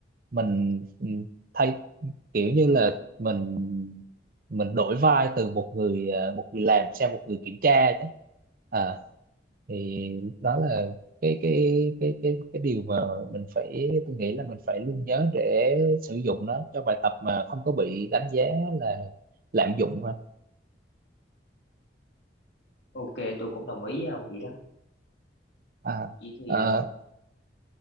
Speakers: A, on the right; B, on the left.
A: mình ừ, thay kiểu như là mình mình đổi vai từ một người ờ, một người làm sang một người kiểm tra chứ Ờ, thì đó là cái cái cái cái cái điều mà mình phải tôi nghĩ là mình phải luôn nhớ để sử dụng nó cho bài tập mà không có bị đánh giá là lạm dụng ha
B: ok tôi cũng đồng ý với ông vậy đó
A: à,
B: vậy thì
A: à,
B: ờ,